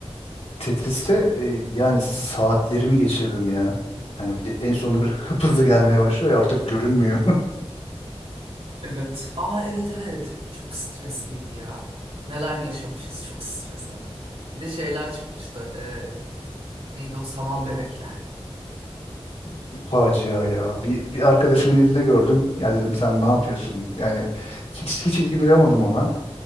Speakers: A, on the left; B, on the right.
A: Tetris'te
B: Şey,
A: e, yani
B: ha.
A: saatlerimi geçirdim ya. Yani bir de en sonunda böyle hıp hızlı gelmeye başlıyor ya artık görünmüyor.
B: Evet. Aa evet evet. Çok stresliydi ya. Neler yaşamışız çok stresle. Bir de şeyler çıkmıştı. Ee, Neydi o sanal bebekler.
A: <laughs> Facia ya. Bir, bir arkadaşımın elinde gördüm. Ya dedim sen ne yapıyorsun? Yani hiç hiç ilgi duyamadım ona.